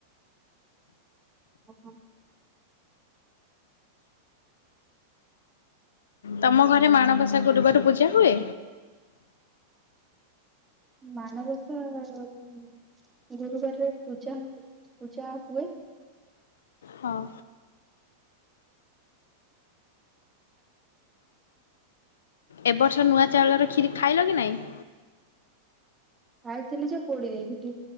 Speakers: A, on the right; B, on the left.
A: ଓହୋ।
B: ତମ ଘରେ ମାଣବସା ଗୁରୁବାର ପୂଜା ହୁଏ।
A: ମାଣବସା ର ବି ଗୁରୁବାରରେ ପୂଜା ହୁଏ ପୂଜା ହୁଏ।
B: ହଁ। ଏ ବର୍ଷ ନୂଆ ଚାଉଳର ଖିରୀ ଖାଇଲ କି ନାଇଁ?
A: ଖାଇଥିଲି ଯେ ପୋଡି ଦେଇଥିଲି।